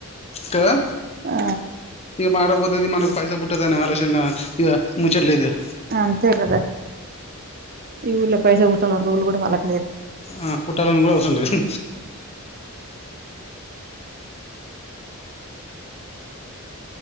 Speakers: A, on the left (about 30°); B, on the right (about 45°).
A: కదా
B: ఆ
A: ఇక మాటపోతది మనకు పైస పుట్టదని ఆలోచన ఇక ముచ్చట్లేదు ఇక
B: అంతే కదా ఇ ఊర్లో పైసా పూట్టాల అ కూడాళ్ <unintelligible>
A: ఆ పుట్టాలనీ కూడా అవసరం లేదు